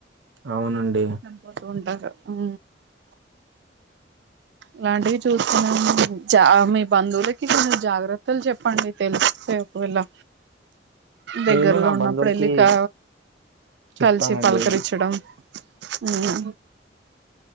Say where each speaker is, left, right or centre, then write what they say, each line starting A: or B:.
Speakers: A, on the right; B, on the right.
A: అవునండి
B: పోట్టుకుంటారు ఉ ఇలాంటివి చూస్తున్నాంటె చ మీ బంధువులకి కొన్ని జాగ్రత్తలు చెప్పండి తెలిస్తే పోలా
A: <unintelligible>
B: దగ్గరలో
A: నేను నా
B: ఉన్నప్పుడు
A: బంధువులకి
B: వెళ్ళి కా
A: చెప్తానండి
B: కలిసి పలకరిచ్చడం. ఆ